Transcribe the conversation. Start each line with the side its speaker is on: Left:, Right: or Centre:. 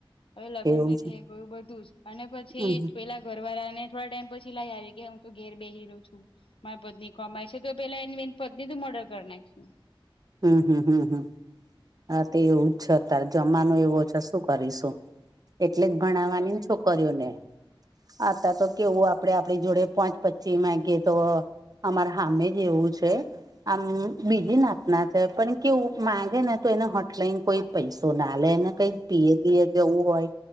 Left: હવે લગ્ન
Right: એવું
Left: બી
Right: છે
Left: થઈ ગયું બધું જ અને પછી પછી
Right: હમ
Left: પેલા ઘરવાળા ને થોડા ટાઈમ પછી લાવ આવી કે હું તો ઘેર બેસીરવ છું મારી પત્ની કમાય છે તો પેલા એ એની પત્ની નું મર્ડર કરી નાખું
Right: હમ હમ હમ હમ હા તે એવું છત્યારે જમાનું એવો છે શું કરીશું? એટલે જ ભણાવવાની છોકરીઓને આતા તો કેવું આપ આપડે આપણી જોડે પાંચ પચી માંગીએ તો અમારે હામે જ એવું છે આમ બીજી નાથના છે પણ કેવું માંગે ને તો એને હોટલાઈને કોઈ પૈસો ના આલે કઈક પિયર બીયર જવું હોય